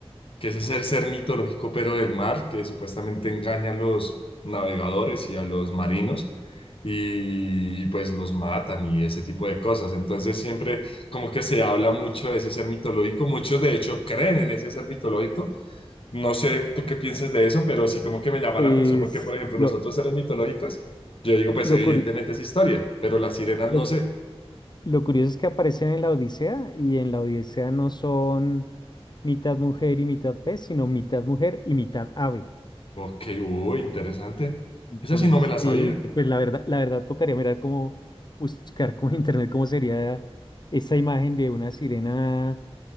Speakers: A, on the left; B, on the left.
A: que es ese ser mitológico pero del mar, que supuestamente engaña a los navegadores y a los marinos y, y, pues los matan y ese tipo de cosas. Entonces siempre como que se habla mucho de ese ser mitológico, muchos de hecho creen en ese ser mitológico. No sé tú qué piensas de eso, pero sí como que me llama
B: Pues
A: la atención porque, por ejemplo,
B: lo,
A: los otros seres mitológicos, yo digo, pues
B: lo,
A: evidentemente
B: cur-
A: es historia, pero las sirenas
B: lo,
A: no sé.
B: lo curioso es que aparecen en la Odisea y en la Odisea no son mitad mujer y mitad pez, sino mitad mujer y mitad ave.
A: Ok, uy, interesante.
B: Entonces,
A: Esa sí no me la sabía,
B: eh, pues la verdad, la verdad tocaría mirar cómo buscar como en internet cómo sería esa imagen de una sirena